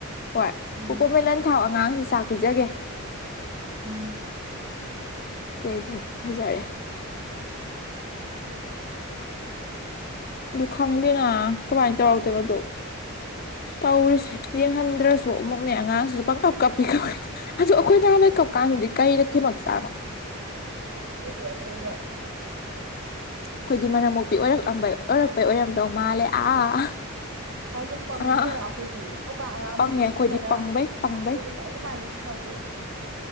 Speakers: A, on the left; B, on the right.
A: ꯍꯣꯏ
B: ꯎꯝ
A: ꯀꯣꯀꯣꯃꯦꯂꯟ ꯊꯥꯎ ꯑꯉꯥꯡꯁꯦ ꯆꯥꯛ ꯄꯤꯖꯒꯦ
B: ꯎꯝ
A: ꯑꯗꯨ ꯑꯗꯨꯝ ꯐꯖꯔꯦ ꯑꯗꯨ ꯈꯪꯗꯦꯅ ꯀꯃꯥꯏꯅ ꯇꯧꯔꯛꯇꯦꯕꯗꯨꯣ ꯇꯧꯔꯤꯁꯦ ꯌꯦꯡꯍꯟꯗ꯭ꯔꯁꯨ ꯑꯃꯨꯛꯅꯦ ꯑꯉꯥꯡꯁꯤꯁꯨ ꯄꯪꯀꯞ ꯀꯞꯄꯤ ꯀ ꯑꯗꯨꯗꯣ ꯑꯩꯈꯣꯏ ꯅꯍꯥꯟ ꯂꯩ ꯀꯛꯄ ꯀꯥꯟꯗꯗꯤ ꯀꯔꯤꯗ ꯊꯤꯃꯛ ꯆꯥꯔꯣ
B: ꯈꯪꯕꯤꯕꯤꯁꯦꯕꯨ
A: ꯑꯩꯈꯣꯏꯗꯤ ꯃꯅꯝ ꯃꯣꯛꯄꯤ ꯑꯣꯏꯔꯛꯂꯝꯕꯩ ꯑꯣꯏꯔꯛꯄꯩ ꯑꯣꯏꯔꯝꯗꯧ ꯃꯥꯜꯂꯦ ꯑꯥ
B: ꯁꯥꯔꯁꯨ ꯄꯪꯉꯤꯗꯅ
A: ꯑꯉꯥꯡ
B: ꯑꯩꯈꯣꯏꯗꯤ ꯍꯧꯀꯥꯟ ꯑꯉꯥꯡꯈꯩꯗꯤ
A: ꯄꯪꯉꯦ ꯑꯩꯈꯣꯏꯗꯤ
B: ꯁꯤꯁꯤꯡꯕꯅ
A: ꯄꯪꯕꯩ
B: ꯑꯩꯈꯣꯏꯗꯤ
A: ꯄꯪꯕꯩ
B: ꯑꯗꯨꯃꯥꯏꯅ ꯁꯤ ꯅꯛꯇꯦ